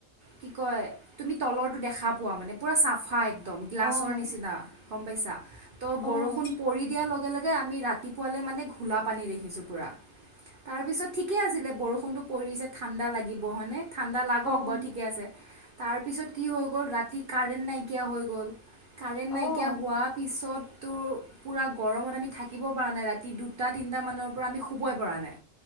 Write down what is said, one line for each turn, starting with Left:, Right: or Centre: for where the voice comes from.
Right: কি কয় তুমি তলৰটো দেখা পোৱা মানে পুৰা চাফা এক একদম গ্লাছৰ
Left: অ'
Right: নিচিনা। গম পাইছা ত' বৰষুণ
Left: অ'
Right: পৰি দিয়াৰ লগে লগে কে আমি ৰাতিপুৱালে মানে ঘোলা পানী দেখিছোগে পোৰা তাৰ পিছত ঠিকে আছিলে বৰষুণতো পৰিছে ঠাণ্ডা লাগিব হয়নে? ঠাণ্ডা লাগক
Left: অ'
Right: বাৰু ঠিকে আছে তাৰপিছত কি হৈ গ'ল ৰাতি কাৰেণ্ট নাইকিয়া হৈ গ'ল কাৰেণ্ট নাইকিয়া
Left: অ'
Right: হোৱাৰ পিছত টো পূৰা গৰমত আমি থাকিব পৰা নাই ৰাতি দুটা তিনিটা মানৰ পৰা আমি শুবই পৰা নাই